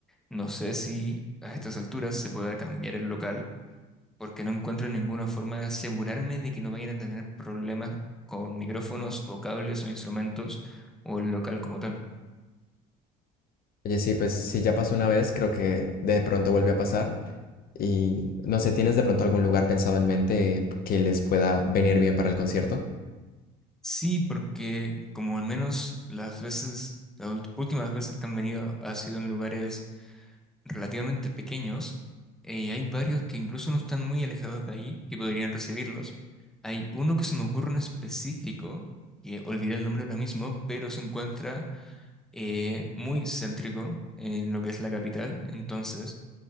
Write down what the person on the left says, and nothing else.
Oye, sí, pues si ya pasó una vez, creo que de pronto vuelve a pasar y no sé, ¿tienes de pronto algún lugar pensado en mente que les pueda venir bien para el concierto?